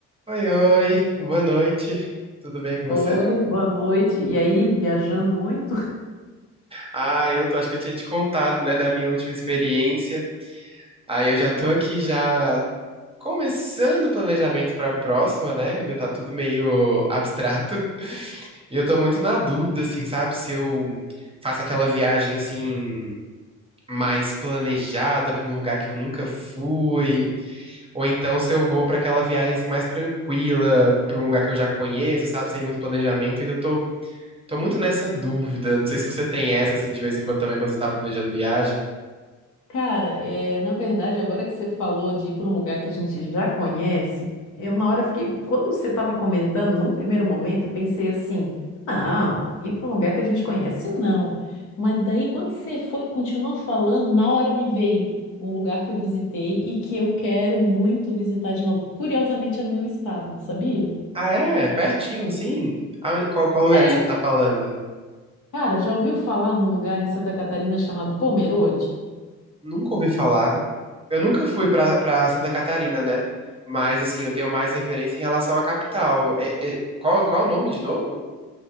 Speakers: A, on the right (about 20°); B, on the left (about 80°).
A: Oi, oi, boa noite. Tudo bem com você?
B: Oi, boa noite. E aí, viajando muito?
A: Ah, eu tô- acho que eu tinha te contado, né, da minha última experiência. Aí eu já tô aqui já começando o planejamento pra próxima, né? Ainda tá tudo meio abstrato. <laughs> E eu tô muito na dúvida, assim, sabe, se eu faço aquela viagem assim mais planejada pra um lugar que eu nunca fui, ou então se eu vou pra aquela viagem assim mais tranquila, pra um lugar que eu já conheço, sabe, sem muito planejamento. Ainda tô Tô muito nessa dúvida. Não sei se você tem essa, assim, de vez em quando também, quando você tá planejando viagem.
B: Cara, é, na verdade, agora que você falou de ir para um lugar que a gente já conhece, eu na hora fiquei. Quando você estava comentando, num primeiro momento, eu pensei assim: não, ir para um lugar que a gente conhece, não. Mas daí, quando você foi, continuou falando, na hora me veio um lugar que eu visitei e que eu quero muito visitar de novo. Curiosamente, é no meu estado, sabia?
A: Ah, é? Pertinho, assim? Ah, Qual, qual lugar
B: É.
A: que você tá falando?
B: Cara, já ouviu falar num lugar em Santa Catarina chamado Pomerode?
A: Nunca ouvi falar. Eu nunca fui pra, pra Santa Catarina, né? Mas, assim, eu tenho mais referência em relação à capital. É- é- qual, qual é o nome de novo?